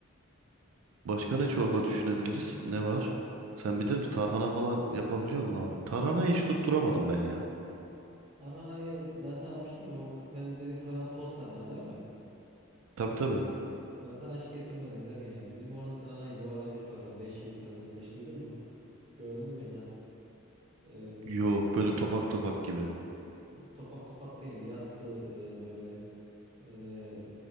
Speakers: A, on the right; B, on the right.
A: Başka ne çorba düşünebiliriz? Ne var? Sen bilir misin? Tarhana falan yapabiliyor musun abi? Tarhanayı hiç tutturamadım ben ya.
B: Tarhanayı ben sana demiştim ya o senin dediğin tarhana toz tarhana değil mi?
A: Tabii tabii.
B: Ben sana hiç getirmedim değil mi ya? Bizim orada tarhana yuvarlak yaparlar. Beyşehir taranası hiç duydun mu? Gördün mü ya da? Ee,
A: Yok böyle topak topak gibi.
B: topak topak değil. Yassı e, böyle e,